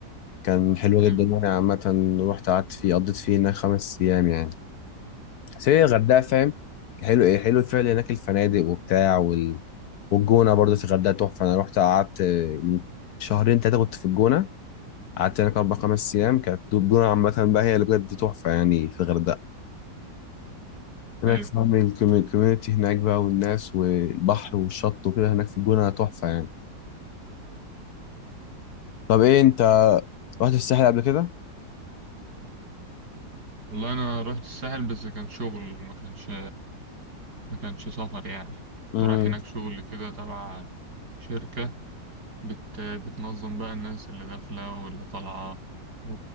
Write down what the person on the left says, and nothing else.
كان حلو
جدا يعني عامة رحت قعدت فيه قضيت فيه هناك خمس أيام يعني بس هي الغردقة فاهم حلو إيه حلو فعلا هناك الفنادق وبتاع وال... والجونة برضه في الغردقة تحفة أنا رحت قعدت من شهرين تلاتة كنت في الجونة قعدت هناك أربع خمس أيام كانت الجونة عامة بقى هي اللي بجد تحفة يعني في الغردقة هناك
فاهم الكوميونتي هناك بقى والناس والبحر والشط وكده هناك في الجونة تحفة يعني طب إيه أنت رحت الساحل قبل كده؟
امم